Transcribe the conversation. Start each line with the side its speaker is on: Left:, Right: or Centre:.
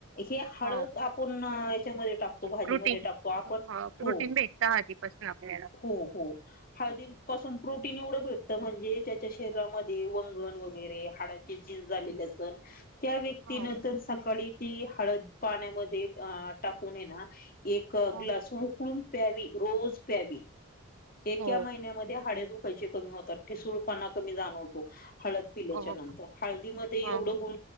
Left: हे हळद
Right: हो
Left: आपण याच्यामध्ये टाकतो भाजीमध्ये
Right: प्रोटीन
Left: टाकतो आपण
Right: प्रोटीन
Left: हो
Right: भेटत आधीपासून आपल्याला.
Left: हो हो हळदी पासून प्रोटीन एवढं भेटतं म्हणजे त्याच्या शरीरामध्ये वंगण वगैरे हाडां ज झाले त्या व्यक्तीन
Right: हो
Left: तर सकाळी त हळद पाण्यामध्ये टाकून ये ना एक
Right: हो
Left: ग्लास उकळून प्यावी रोज प्यावी एका
Right: हो
Left: महिन्यामध्ये हाडेदु पै कमी होतात ठसूळ पाणा कमी जाण होतो हळद पिल्याच्या
Right: हो हो
Left: नंतर हळदीमध्ये एवढं
Right: हो